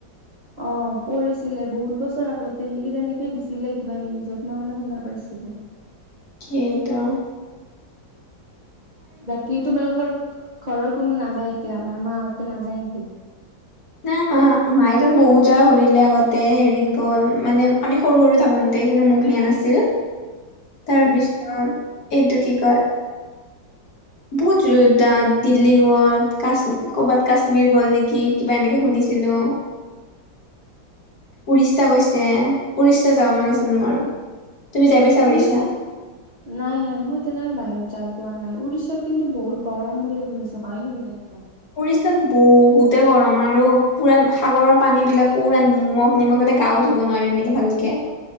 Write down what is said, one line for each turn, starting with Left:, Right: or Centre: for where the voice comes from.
Right: অ পৰিছিলে বহুত বছৰ আগতে নেকি তেনেকে দিছিলে কিবা নিউজত মই মানে শুনা পাইছিলোঁ।
Left: সেইটো।
Right: বাকী তোমালোকৰ ঘৰৰ কোনো নাযায় এতিয়া মানে মাহতে নাযায় নেকি?
Left: না মা মায়তো বহুত জেগা ঘুৰিলে আগতে হেৰিত গ'ল মানে আমি সৰু সৰু থাকোঁতে কিন্তু মোক নিয়া নাছিল। তাৰপিছত
Right: উম
Left: এইটো কি কয়
Right: <inaudible>
Left: বহুত দা দিল্লী গ'ল কাশ্ম ক'বাত কাশ্মীৰ গ'ল নেকি কিবা এনেকে শুনিছিলো
Right: <inaudible>
Left: উৰিষ্যা গৈছে উৰিষ্যা যাব মন আছিল মোৰ। তুমি‌ যাই পাইছা? উৰিষ্যা
Right: উৰিষ্যাত নাই নাই মই তেনেকে বাহিৰত যাই পোৱা নাই। উৰিষ্যাত কিন্তু বহুত গৰম বুলি শুনিছো হয় নেকি তেনেকোৱা?
Left: উৰিষ্যাত বহুতে গৰম আৰু পুৰা সাগৰৰ পানী বিলাক পুৰা নিমখ নিমখ তাতে গাও ধুব নোৱাৰি এনেকৈ ভালকে।